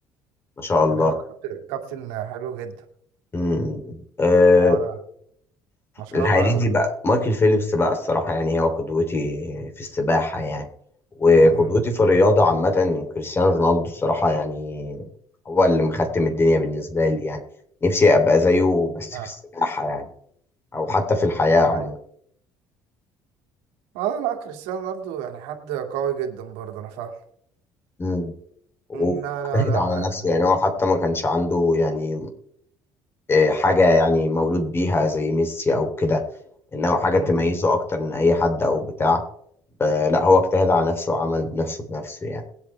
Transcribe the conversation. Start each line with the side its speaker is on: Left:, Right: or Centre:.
Left: ما شاء الله
Right: يعني هو كابتن كابتن حلو جدا
Left: مم. آه
Right: اه لا ما شاء
Left: الحقيقي
Right: الله عليه
Left: بقى مايكل فيليبس بقى الصراحة يعني هو قدوتي في السباحة يعني وقدوتي
Right: امم
Left: في الرياضة عامة كريستيانو رونالدو الصراحة يعني هو اللي مختم الدنيا بالنسبة لي يعني نفسي أبقى زيه بس
Right: اه
Left: في السباحة يعني أو حتى في الحياة عموما
Right: أيوة. اه لا كريستيانو رونالدو يعني حد قوي جدا برضه انا فاهم
Left: مم. واجتهد
Right: مم، لا لا لا
Left: على
Right: يعني
Left: نفسه يعني هو حتى ما كانش عنده يعني آه، حاجة يعني مولود بيها زي ميسي أو كده إنه حاجة
Right: امم
Left: تميزه أكتر من أي حد أو بتاع ب- لا هو اجتهد على نفسه وعمل بنفسه بنفسه يعني